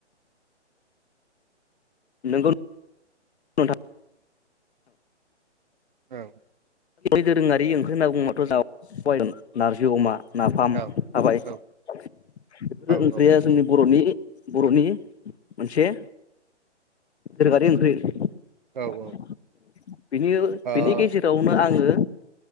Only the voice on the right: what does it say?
औ
औ
औ औ
औ
औ ओ औ